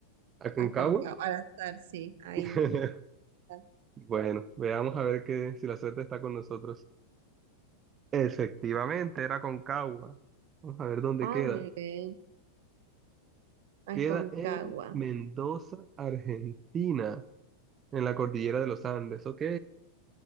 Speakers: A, on the right (about 25°); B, on the right (about 55°).
A: Aconcagua.
B: Aconcagua, al azar, sí, ahí.
A: <laughs>
B: está.
A: Bueno, veamos a ver que, si la suerte está con nosotros. Efectivamente, era Concagua. Vamos a ver dónde
B: Ah,
A: queda.
B: muy bien,
A: Queda
B: Aconcagua.
A: en Mendoza, Argentina, en la cordillera de los Andes, ok.